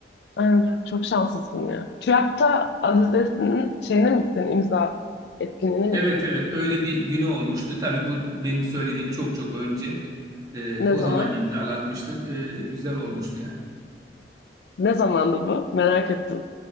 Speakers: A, on the left; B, on the right.
A: Ha, çok şanslısın ya. TÜYAP'ta Aziz Nesin'in şeyine mi gittin? İmza etkinliğine mi
B: Evet
A: gittin?
B: evet öyle bir günü olmuştu. Tabii bu benim söylediğim çok çok önce. E,
A: Ne
B: o
A: zaman?
B: zaman imzalatmıştım. E, güzel olmuştu yani.
A: Ne zamandı bu? Merak ettim.